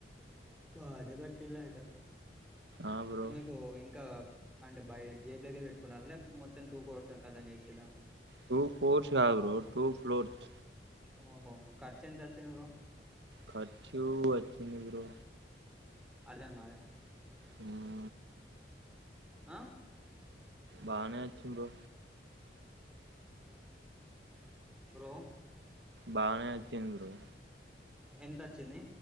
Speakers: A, in the centre; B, on the right (about 80°).
A: బానే గట్టలా అయితే.
B: ఆ బ్రో
A: నాకు ఇంకా. అంటే బయట జేబులోకి వెళ్ళి పెట్టుకున్నార లే మొత్తం టూ కోర్స్ కతం చేసిల.
B: టూ కోర్స్ కాదు బ్రో టూ ఫ్లోర్స్.
A: ఓహో హొ ఖర్చంత వచ్చింది బ్రో.
B: ఖర్చు వచ్చింది బ్రో.
A: అర్ధం కాలే.
B: హ.
A: ఆ
B: బానే వచ్చింది బ్రో.
A: బ్రో.
B: బాగానే వచ్చింది బ్రో.
A: ఎంత వచ్చింది.